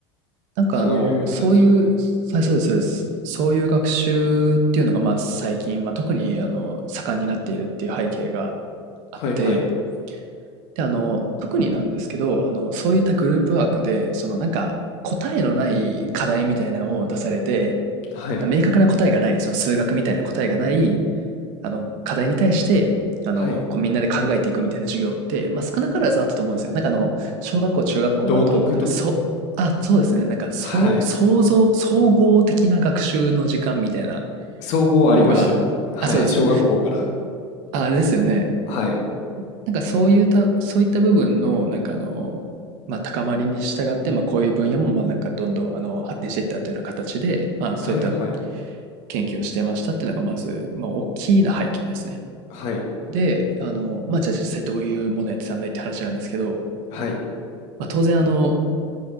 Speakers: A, on the right; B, on the left.
A: なんかあの、
B: そういうやつですよね。
A: そういう、はい、そうです、そうです。そういう学習っていうのが、まあ、最近、まあ、特に、あの、盛んになっているっていう背景があって、
B: はいはい。
A: で、あの、特になんですけど、あの、そういったグループワークで、その、なんか、答えのない課題みたいなのを出されて、
B: はい。
A: 明確な答えがない、その数学みたいな答えがない、あの、課題に対して、あの、
B: はい。
A: こうみんなで考えていくみたいな授業って、まあ、少なからずあったと思うんですよ。なんかあの、小学校、中学校だと、
B: 道徳とか。
A: なんかそ、あ、そうですね。なんか、そう、
B: はい。
A: 想像、総合的な学習の時間みたいな
B: 総合ありましたよ。
A: ものが、
B: はい。
A: あ、そうです。
B: 小学校から。
A: あ、あれですよね。
B: はい。
A: なんかそういうた、そういった部分の、なんかあの、まあ、高まりに従って、まあ、こういう分野も、まあ、なんかどんどん、あの、発展していったというような形で、まあ、そういった
B: はいはい。
A: 研究をしてましたっていうのが、まず、まあ、大きな背景ですね。
B: はい。
A: で、あの、まあ、じゃあ実際どういうものやってたんだいって話なんですけど、
B: はい。
A: まあ、当然、あの、